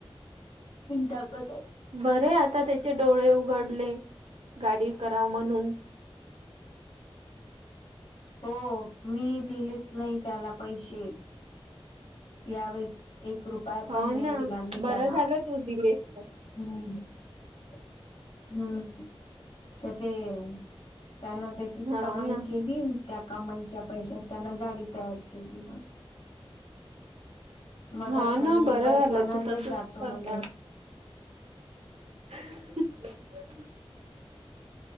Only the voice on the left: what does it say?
टाकत आहे
हो मी दिलेच नाही त्याला पैशे यावेेळेस एक रुपया,
पण नाही
दिला मी
त्याला
ह.
हम्म त ते त्यांना त्याचीच कमाई
केली त्या कमाईच्या पैशात त्यान गाडी तयार केली मग मधत
म्हणे
मी
बरसाणालेच
जातो
म्हणे